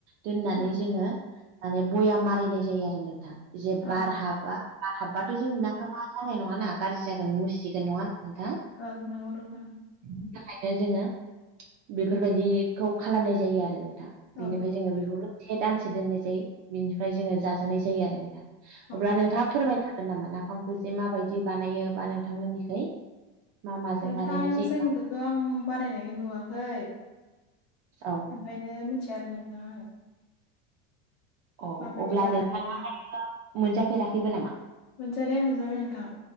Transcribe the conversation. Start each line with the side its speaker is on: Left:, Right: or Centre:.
Right: दोननानै
Left: औ
Right: जोङो माने बयाम मारिनाय जायो आरो नोंथां। जे
Left: औ
Right: बार हाबा बार हाबबाथ' जोंनि नाफामा जानाय नङाना? गाज्रि जागोन मुसिगोन नङा होन नोंथां?
Left: औ नंगौ नोंथां उम।
Right: बेनि थाखायनो जोङो बेफोरबायदिखौ खालामनाय जायो आरो नोंथां
Left: औ
Right: बेनिफाय जोङो बेखौल से दानसे दोननाय जायो बिनिफाय जोङो जाजानाय जायो आरो नोंथां।
Left: औ
Right: अब्ला नोंथाङा फोरमायनो हागोन नामा? नाफामखौ जे माबायदि बानायो बा नोंथांमोननिखै? मा माजों
Left: नोंथां
Right: बानायनाय जायोबा
Left: जोंनिखौथ' आं बारायनायखौ नुवाखै।
Right: औ।
Left: ओंखायनो मिन्थिया आरो नोंथां आङो।
Right: औ
Left: माबायदि
Right: अब्ला
Left: बानायो
Right: नोंथां मोनजाफेराखैबो नामा
Left: मोनजानाया मोनजाबाय नोंथां।